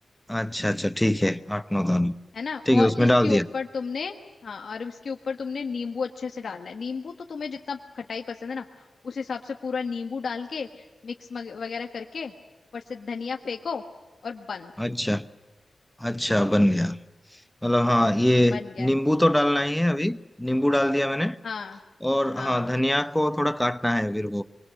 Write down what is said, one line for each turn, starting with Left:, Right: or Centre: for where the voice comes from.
Centre: अच्छा अच्छा ठीक है आठ नौ दाने
Left: है ना और
Centre: ठीक है उसमें
Left: इसके
Centre: डाल
Left: ऊपर
Centre: दिया
Left: तुमने हाँ और इसके ऊपर तुमने नींबू अच्छे से डालना है नींबू तो तुम्हें जितना खटाई पसंद है ना उस हिसाब से पूरा नींबू डाल के मिक्स मग- वगैरह करके ऊपर से धनिया फेंको और बंद
Centre: अच्छा अच्छा बन गया मतलब हाँ
Left: हाँ
Centre: ये
Left: बन गया
Centre: नींबू तो डालना ही है अभी नींबू डाल दिया मैंने
Left: हाँ
Centre: और
Left: हाँ
Centre: हाँ धनिया को थोड़ा काटना है फिर वो